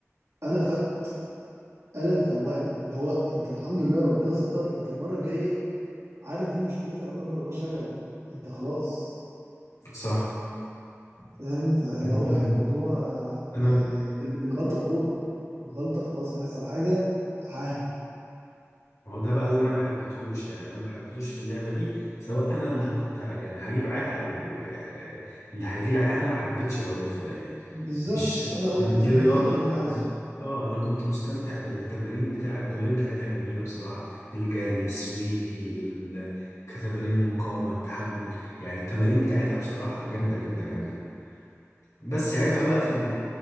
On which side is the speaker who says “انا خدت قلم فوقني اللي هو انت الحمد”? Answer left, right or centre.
Right